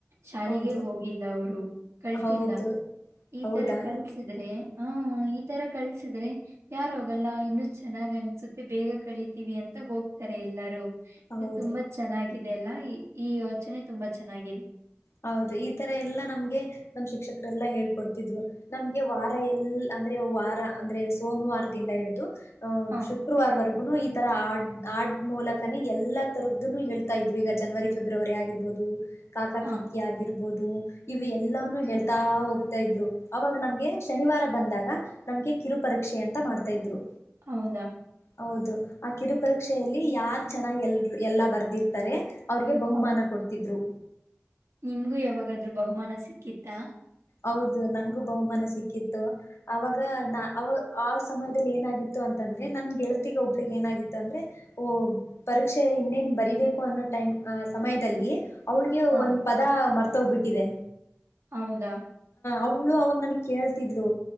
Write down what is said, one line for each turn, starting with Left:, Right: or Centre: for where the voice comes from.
Right: ಶಾಲೆಗೆ
Left: ಹೌದು
Right: ಹೋಗಿಲ್ಲ ಅವರು ಕಳ್ತಿಲ್ಲ
Left: ಹೌದು
Right: ಈ
Left: ಹೌದಾ
Right: ತರ. ಕಲಿಸಿದ್ರೆ ಹಾ ಈ ತರ ಕಳ್ಸಿದ್ರೆ ಯಾರೋಗಲ್ಲ ಇನ್ನು ಚೆನ್ನಾಗ್ ಅನ್ಸುತ್ತೆ ಬೇಗ ಕಳಿತೀವಿ ಅಂತ ಹೋಗ್ತಾರೆ ಎಲ್ಲಾರು.
Left: ಹೌದು.
Right: ಇದು ತುಂಬಾ ಚೆನ್ನಾಗಿ. ಇದೆಲ್ಲ ಈ ಈ ಯೋಚನೆ ತುಂಬಾ ಚೆನ್ನಾಗಿದ್.
Left: ಹೌದು ಈ ತರ ಎಲ್ಲಾ ನಮ್ಗೆ ನಮ ಶಿಕ್ಷಕರೆಲ್ಲಾ ಹೇಳ್ಕೊಡ್ತಿದ್ರು ನಮ್ಗೆ ವಾರ ಎಲ್ ಅಂದ್ರೆ ವಾರ ಅಂದ್ರೆ ಸೋಮವಾರದಿಂದ ಹಿಡ್ದು.
Right: ಹ
Left: ಶುಕ್ರವಾರವರೆಗುನು ಈ ತರ ಆ. ಆಡ್ ಮೂಲಕನೇ ಎಲ್ಲಾ ತರದ್ದುನು ಹೇಳ್ತಾ ಇದ್ರು ಈಗ ಜನವರಿ ಫೆಬ್ರವರಿ ಆಗಿರ್ಬೋದು. ಕಾಕಾ
Right: ಹ
Left: ಕಿಕೀ. ಆಗಿರ್ಬೋದು ಇವ ಎಲ್ಲಾ ನೂ ಹೇಳ್ತಾ ಹೋಗ್ತಾ ಇದ್ರು ಅವಾಗ ನಮ್ಗೆ ಶನಿವಾರ ಬಂದಾಗ ನಮ್ಗೆ ಕಿರು ಪರೀಕ್ಷೆ ಅಂತ ಮಾಡ್ತಾ ಇದ್ರು.
Right: ಹೌದಾ
Left: ಹೌದು ಆ ಕಿರು ಪರೀಕ್ಷೆಯಲ್ಲಿ ಯಾರ್ ಚೆನ್ನಾಗಿ ಎಲ್ ಎಲ್ಲಾ ಬರ್ದಿರ್ತಾರೆ. ಅವ್ರಿಗೆ ಬಹುಮಾನ
Right: ಹ
Left: ಕೊಡ್ತಿದ್ರು.
Right: ನಿಮ್ಗೂ ಯಾವಾಗಾದ್ರು ಬಹುಮಾನ ಸಿಕ್ಕಿತ್ತಾ.
Left: ಹೌದು ನನ್ಗೂ ಬಹುಮಾನ ಸಿಕ್ಕಿತ್ತು ಅವಾಗ ನ ಅವ ಆ ಸಮಯದಲ್ಲಿ ಏನಾಗಿತ್ತು ಅಂತಂದ್ರೆ ನನ್ ಗೆಳತಿಗೆ ಒಬ್ಳಗ್ ಏನಾಗಿತ್ತು ಅಂದ್ರೆ ಓ ಪರೀಕ್ಷೆ ಇನ್ನೇನ್ ಬರಿಬೇಕು ಅನ್ನೋ ಟೈಮ್ ಅ ಸಮಯದಲ್ಲಿ. ಅವಳಿಗೆ
Right: ಹ
Left: ಒಂದ್ ಪದ ಮರ್ತ ತೋಗ್ಬಿಟ್ಟಿದೆ
Right: ಹೌದಾ
Left: ಅವ್ಳು ಅವನ್ ನನ್ಗ್ ಕೇಳ್ತಿದ್ಲು